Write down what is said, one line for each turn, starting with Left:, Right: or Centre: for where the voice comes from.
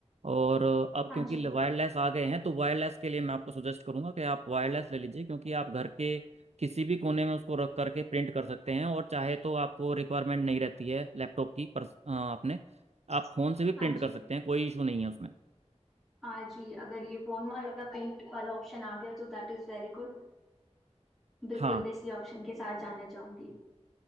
Right: और अ, अब
Centre: हाँ
Right: क्योंकि
Centre: जी
Right: वायरलेस आ गए हैं तो वायरलेस के लिए मैं आपको सजेस्ट करूंगा कि आप वायरलेस ले लीजिए क्योंकि आप घर के किसी भी कोने में उसको रख करके प्रिंट कर सकते हैं और चाहे तो आपको रिक्वायरमेंट नहीं रहती है लैपटॉप की पर अ, अपने आप फ़ोन से भी
Centre: हाँ
Right: प्रिंट
Centre: जी
Right: कर सकते हैं कोई इशू नहीं है उसमें
Centre: हाँ जी अगर ये फोन वाला पेंट वाला ऑप्शन आ गया तो दैट इज वेरी गुड बिल्कुल
Right: हाँ
Centre: मैं इसी ऑप्शन के साथ जाना चाहूंगी